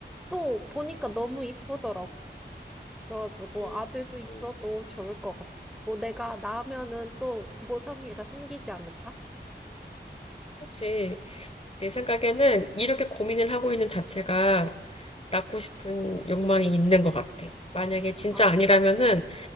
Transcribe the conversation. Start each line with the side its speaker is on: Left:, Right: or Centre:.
Centre: 또 보니까 너무 이쁘더라고. 그래가지고
Left: 음,
Centre: 아들도 있어도
Left: 음,
Centre: 좋을 것 같아. 뭐 내가 낳으면은 또 모성애가 생기지 않을까?
Left: 그렇지. 내 생각에는 이렇게 고민을 하고 있는 자체가 낳고 싶은 욕망이 있는 것 같아. 만약에 진짜
Centre: 아,
Left: 아니라면은